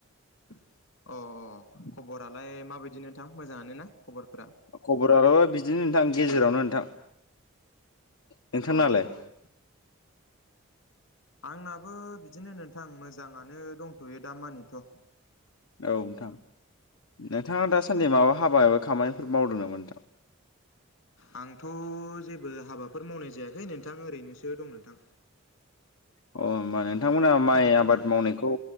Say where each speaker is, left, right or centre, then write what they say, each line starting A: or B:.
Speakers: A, on the left; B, on the left.
A: अ अ खबरालाय माबायदि नोंथां मोजाङानो ना? खबरफोरा
B: खबराल' बिदिनो नोंथां गेजेरावनो नोंथां। नोंथांनालाय।
A: औ औ आंनाबो बिदिनो नोंथां मोजाङानो दंथ'यो दामानिथ'।
B: औ नोंथां नोंथाङा दासान्दि माबा हाबा एबा खामानिफोर मावदों नामा नोंथां। <inaudible>
A: आंथ' जेबो हाबाफोर मावनाय जायाखै नोंथां ओरैनोसो दं नोंथां।
B: अ ओमबा माने। नोंथांमोना माइ
A: खोनादोंना
B: आबाद
A: नोंथां
B: मावनायखौ